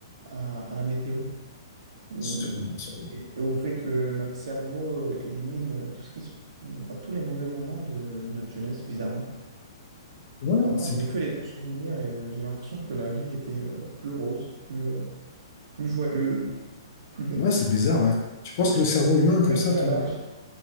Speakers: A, on the right; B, on the left.
A: à, à la météo ou,
B: Sûrement, sûrement.
A: et, et au fait que notre cerveau euh, élimine tout ce qui se- enfin, tous les mauvais moments de notre jeunesse, bizarrement.
B: Ouais,
A: Alors moi,
B: c'est
A: je n'ai que les bons souvenirs et euh, j'ai l'impression que la vie était euh, plus rose, plus, euh, plus joyeuse, plus belle.
B: ouais, c'est bizarre, ouais. Tu penses que le cerveau humain,
A: C'est
B: comme
A: peut-être
B: ça,
A: dû
B: te...
A: à l'âge.